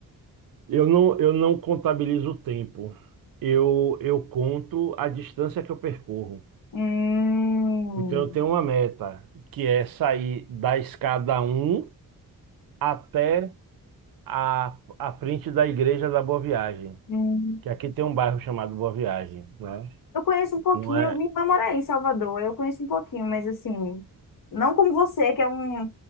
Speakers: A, on the right; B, on the left.
A: Eu não, eu não contabilizo o tempo. Eu, eu conto a distância que eu percorro.
B: Hum,
A: Então, eu tenho uma meta, que é sair da escada um até a, a frente da Igreja da Boa Viagem,
B: hum.
A: que aqui tem um bairro chamado Boa Viagem, né?
B: Eu conheço um pouquinho,
A: Não é?
B: minha irmã mora aí em Salvador, eu conheço um pouquinho, mas assim, não como você, que é um,